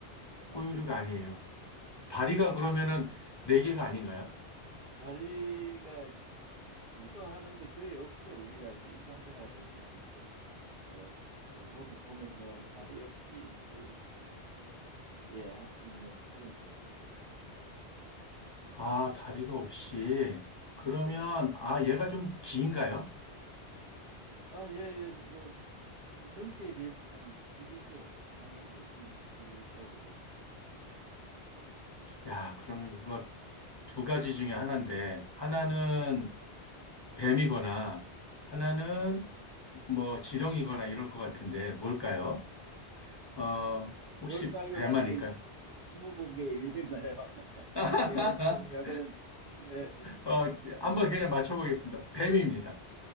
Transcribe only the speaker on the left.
포유류가
아니에요. 다리가 그러면은 네 개가 아닌가요?
아, 다리가 없이. 그러면,
아, 얘가 좀 긴가요?
야, 그러면 이거 두 가지 중에 하나인데, 하나는
뱀이거나 하나는
뭐 지렁이거나 이럴 것 같은데 뭘까요? 어,
혹시 뱀 아닐까요?
<laughs>
어,
한번 그냥 맞춰보겠습니다. 뱀입니다.